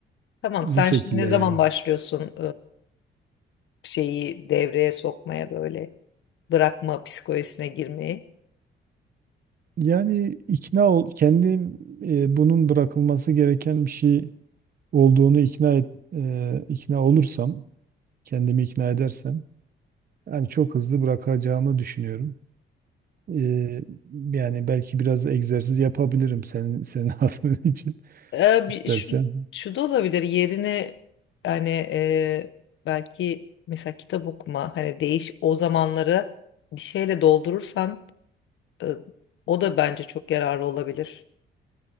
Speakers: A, on the left; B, on the right.
A: Tamam
B: Bu
A: sen
B: şekilde
A: şimdi ne zaman
B: yani.
A: başlıyorsun e, şeyi devreye sokmaya böyle bırakma psikolojisine girmeyi?
B: Yani ikna ol, kendim e, bunun bırakılması gereken bir şey olduğunu ikna et, e, ikna olursam, kendimi ikna edersem yani çok hızlı bırakacağımı düşünüyorum. E, yani belki biraz egzersiz yapabilirim senin senin <laughs> adın için
A: E,
B: istersen.
A: bir, şu, şu da olabilir yerine hani e, belki mesela kitap okuma hani değiş o zamanları bir şeyle doldurursan e, o da bence çok yararlı olabilir.